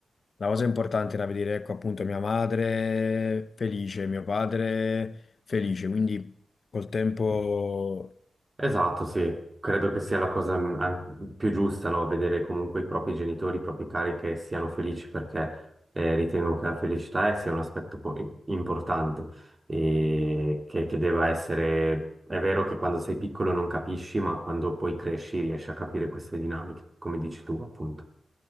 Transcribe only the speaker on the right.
Esatto, sì, credo che sia la cosa mm, an- più giusta, no? Vedere comunque i propri genitori, i propri cari che siano felici perché eh, ritengo che la felicità sia un aspetto po- importante e che, che deva essere... È vero che quando sei piccolo non capisci, ma quando poi cresci riesci a capire queste dinamiche, come dici tu, appunto.